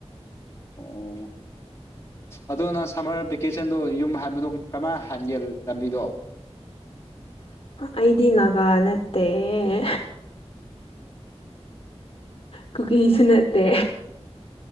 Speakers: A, on the left (about 25°); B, on the left (about 55°).
A: ꯑꯣ ꯑꯗꯨꯗꯣꯅ ꯁꯝꯃꯔ ꯚꯦꯀꯦꯁꯟꯗꯣ ꯌꯨꯝ ꯍꯥꯟꯕꯗ ꯀꯔꯃꯥꯏꯅ ꯍꯟꯒꯦ ꯂꯝꯕꯤꯗꯣ
B: ꯑꯩꯗꯤ ꯅꯥꯒꯥ ꯅꯠꯇ‌ꯦ ꯀꯨꯀꯤꯁꯨ ꯅꯠꯇꯦ